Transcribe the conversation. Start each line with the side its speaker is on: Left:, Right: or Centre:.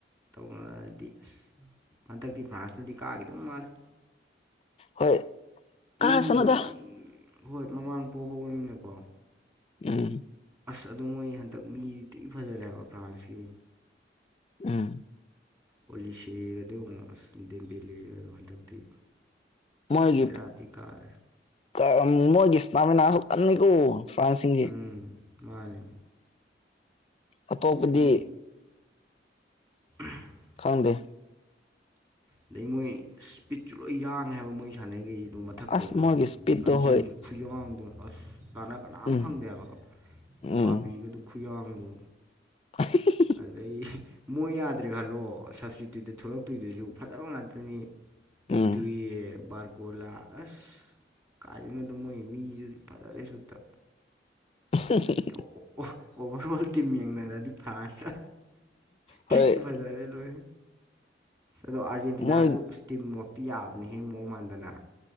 Right: ꯇꯧꯅꯔꯛꯑꯗꯤ ꯑꯁ ꯍꯟꯗꯛꯇꯤ ꯐ꯭ꯔꯥꯟꯁꯅꯗꯤ ꯀꯥꯈꯤꯗꯧ ꯃꯥꯜꯂ‌ꯦ
Left: ꯍꯣꯏ ꯀꯥꯁꯅꯨꯗ
Right: ꯃꯤꯗ‌ꯣ ꯇꯤꯟ ꯍꯣꯏ ꯃꯃꯥꯡ ꯄ‌ꯣꯍꯧꯔꯝꯅꯤꯅꯀꯣ
Left: ꯎꯝ
Right: ꯑꯁ ꯑꯗ‌ꯣ ꯃꯣꯏ ꯍꯟꯗꯛ ꯃꯤꯗꯤ ꯊꯤ ꯐꯖꯔꯦ ꯍꯥꯕ ꯐ꯭ꯔꯥꯟꯁꯀꯤ
Left: ꯎꯝ
Right: ꯑꯣꯂꯤꯁ‌ꯦꯒꯗ‌ꯣ ꯌ‌ꯦꯡꯉ‌ꯣ ꯑꯁ ꯗꯦꯝꯕ‌ꯦꯂ‌ꯦꯒꯗ‌ꯣ ꯍꯟꯗꯛꯇꯤ
Left: ꯃꯣꯏꯒꯤ
Right: ꯕꯦꯔꯥ ꯊꯤ ꯀꯥꯔꯦ
Left: ꯀ ꯃꯣꯏꯒꯤ ꯏꯁꯇꯥꯃꯤꯅꯥꯁꯨ ꯀꯟꯅꯤꯀꯣ ꯐ꯭ꯔꯥꯟꯁꯁꯤꯡꯒꯤ
Right: ꯎꯝ ꯃꯥꯅꯦ
Left: ꯑꯇꯣꯞꯄꯗꯤ
Right: ꯑꯁ ꯃꯣꯏ <unintelligible>
Left: ꯈꯪꯗꯦ
Right: ꯑꯗꯩ ꯃꯣꯏ ꯏꯁꯄꯤꯠꯁꯨ ꯂꯣꯏ ꯌꯥꯡꯉꯦ ꯍꯥꯏꯕ ꯃꯣꯏ ꯁꯥꯟꯅꯔꯤꯈꯩꯗꯣ ꯃꯊꯛꯀꯩꯗꯣ
Left: ꯑꯁ ꯃꯣꯏꯒꯤ ꯏꯁꯄꯤꯠꯇꯣ
Right: ꯂꯝꯖꯦꯟꯁꯨ
Left: ꯍꯣꯏ
Right: ꯈꯨꯌꯥꯡꯗꯣ ꯑꯁ ꯇꯥꯟꯅ ꯀꯅꯥꯝ
Left: ꯎꯝ
Right: ꯐꯪꯗꯦꯕ
Left: ꯎꯝ
Right: ꯕꯥꯄꯤꯒꯗꯨ ꯈꯨꯌꯥꯡꯗꯣ
Left: <unintelligible>
Right: ꯑꯗꯨꯗꯩ ꯃꯣꯏ ꯌꯥꯗ꯭ꯔꯦ ꯈꯜꯂꯣ ꯁꯞꯁꯇꯤꯇ꯭ꯌꯨꯠꯇ ꯊꯣꯛꯂꯛꯇꯣꯏꯗꯨꯁꯨ ꯐꯖꯕ ꯉꯥꯛꯇꯅꯤ
Left: ꯎꯝ
Right: ꯗꯨꯏꯌ‌ꯦ ꯕꯥꯔ ꯀꯣꯂꯥ ꯑꯁ ꯀꯥꯏꯗꯩꯅ‌ꯣꯗ ꯃꯣꯏ ꯃꯤꯁꯨꯗꯤ ꯐꯖꯔꯦ ꯁꯨꯠꯇ
Left: <unintelligible>
Right: ꯑꯣ ꯑꯣꯚꯔ‌ꯣꯜ ꯇꯤꯝ ꯌꯦꯡꯅꯔꯗꯤ ꯐ꯭ꯔꯥꯟꯁ
Left: ꯍꯣꯏ
Right: ꯊꯤ ꯐꯖꯔꯦ ꯂ‌ꯣꯏ ꯏꯁ ꯑꯗꯣ ꯑꯥꯔꯖꯦꯟꯇꯤꯅꯥꯁꯨ
Left: ꯃꯣꯏ
Right: ꯏꯁ ꯇꯤꯝꯋꯥꯛꯇꯤ ꯌꯥꯕꯅꯤꯍ‌ꯦ ꯃꯑꯣꯡ ꯃꯥꯟꯗꯅ